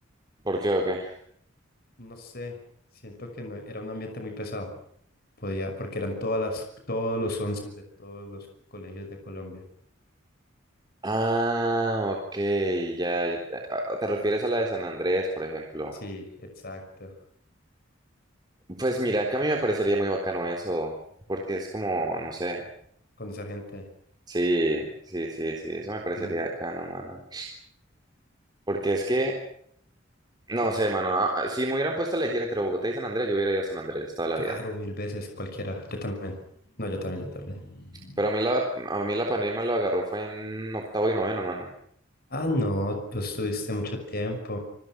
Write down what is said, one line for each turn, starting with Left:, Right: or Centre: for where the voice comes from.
Right: ¿Por qué o qué?
Left: No sé, siento que no, era un ambiente muy pesado. Podía, porque eran todas las, todos los once de todos los colegios de Colombia.
Right: Ah, ok, ya. ya ¿Te a- te refieres a la de San Andrés, por ejemplo?
Left: Sí, exacto.
Right: Pues mira, que a mí me parecería muy bacano eso, porque es como, no sé,
Left: Conocer gente.
Right: sí, sí, sí, sí, eso me parecería
Left: mm.
Right: bacano, mano. Porque es que, no sé, mano, a- a- si me hubieran puesto a elegir entre Bogotá y San Andrés, yo hubiera ido a San Andrés toda la
Left: Claro,
Right: vida.
Left: mil veces, cualquiera. Yo también. No, yo también, yo también.
Right: Pero a mí la, a mí la pandemia lo agarró fue en octavo y noveno, mano.
Left: Ah, no, pues tuviste mucho tiempo.